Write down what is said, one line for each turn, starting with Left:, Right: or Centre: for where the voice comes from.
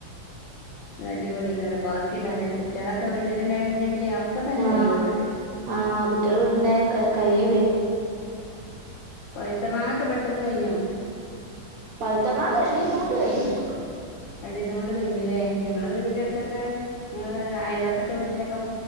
Left: ല് അടിപൊളി <unintelligible> ബാക്കിുണ്ടല്ലേ കുട്ടികളൊക്കെ വീട്ടിലുണ്ടായിട്ടുണ്ടെങ്കില് അപ്പ തന്നെ
Right: ആഹ്
Left: കഴിയും അതൊക്കെ
Right: ആഹ് കുട്ടികൾ വീട്ടിണ്ടായ കൈയും വേഗം
Left: പഴുത്ത മാങ്ങൊക്കെ പെട്ടെന്ന് കഴിഞ്ഞോ
Right: പഴുത്തമാങ്ങ രണ്ടീസം കൊണ്ട് കഴ്ഞ്ഞ്
Left: രണ്ടു ദിവസം കൊണ്ട് കഴിഞ്ഞുല്ലേ ഞങ്ങള വീടിന്റെ അടുത്തൊക്കെ ഞങ്ങള് വീടിന്റടുത്തൊക്കെ ആഹ് അയൽവാക്കത്തെ വീട്ടിലൊക്കെ